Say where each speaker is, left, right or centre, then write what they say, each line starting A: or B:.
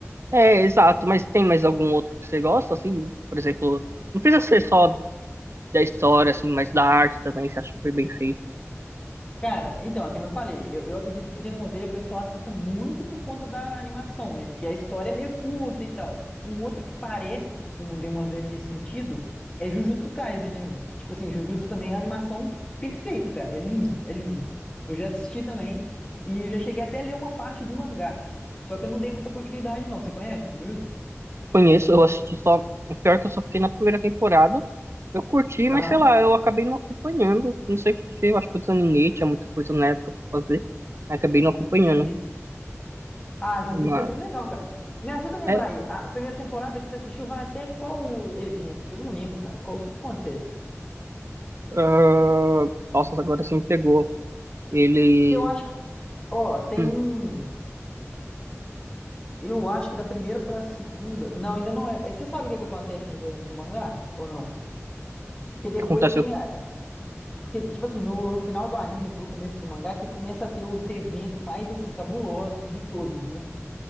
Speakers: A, on the right; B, on the left.
A: é, exato, mas tem mais algum outro que você gosta, assim? Por exemplo, não precisa ser só da história, assim, mas da arte também, você acha que foi bem feito?
B: Cara, então, é que nem eu falei, eu, eu acredito que Demon Slayer o pessoal assista muito por conta da animação, né? Porque a história é meio curta e tal. Um outro que parece com o Demon Slayer nesse sentido é Jujutsu Kaisen, né, velho? Tipo assim, Jujutsu também é uma animação perfeita, cara. É lindo, é lindo. Eu já assisti também e eu já cheguei até a ler uma parte do mangá. Só que eu não dei muita continuidade, não. Você conhece Jujutsu?
A: Conheço, eu assisti só. O pior é que eu só fiquei na primeira temporada. Eu curti, mas
B: Aham.
A: sei lá, eu acabei não acompanhando. Não sei por quê, eu acho que eu desanimei, tinha muita coisa na época pra fazer. Aí acabei não acompanhando.
B: Entendi. Ah, Jujutsu
A: Mas,
B: é bem legal, cara. Me ajuda a lembrar
A: é,
B: aí. A a primeira temporada que você assistiu vai até qual evento? Que eu não lembro, cara. Qual, o que que acontece?
A: ah, nossa, agora você me pegou. Ele.
B: Porque eu acho que, ó, tem.
A: hum,
B: Eu acho que da primeira pra segunda. Não, ainda não é. Eh, Você sabe o que que acontece nos eventos do mangá? Ou não? Porque depois
A: o que acontece?
B: tem. a- Porque, tipo assim, no, no final do anime pro começo do mangá, que começa a ter os eventos mais, assim, cabulosos de todos, né?